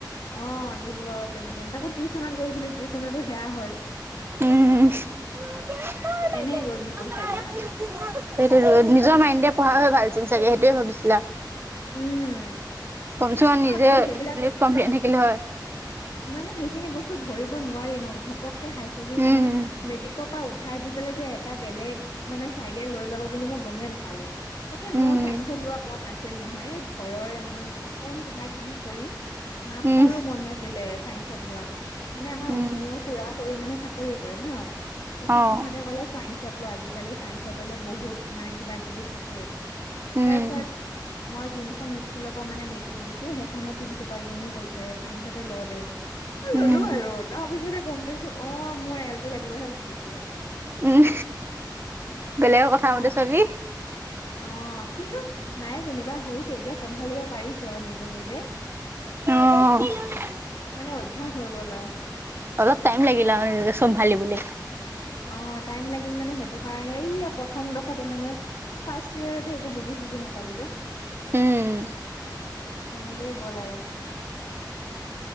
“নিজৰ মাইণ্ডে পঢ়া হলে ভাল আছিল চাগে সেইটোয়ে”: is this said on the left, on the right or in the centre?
Right